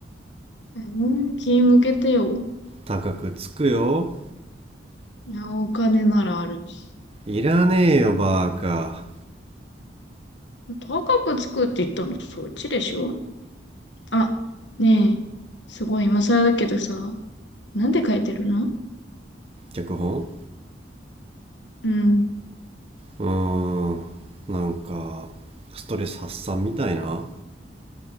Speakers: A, on the left; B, on the right.
A: うん、気向けてよ。
B: 高くつくよ。
A: いやお金ならあるし。
B: いらねえよ、バーカ。
A: 高くつくって言ったの、そっちでしょあ、ねえ、すごい今更だけどさ、なんで書いてるの
B: 脚本
A: うん。
B: うーん。なんか、ストレス発散みたいな。